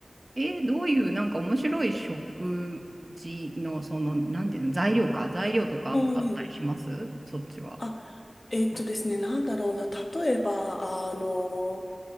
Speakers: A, on the right; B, on the left.
A: えー、どういうなんか面白い食事のその、なんていうの、材料か。材料とかあったりしますそっちは。
B: ええあ、えーっとですね、なんだろうな。例えば、あの、